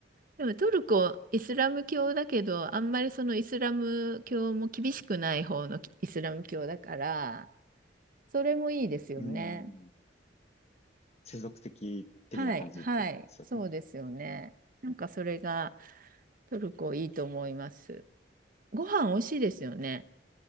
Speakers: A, on the right; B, on the left.
A: でも、トルコ、イスラム教だけど、あんまりそのイスラム教も厳しくない方のイスラム教だから、それもいいですよね。
B: うん。世俗的的な感じとですよね。
A: はい、はい。そうですよね。なんか、それが、トルコいいと思います。ご飯美味しいですよね、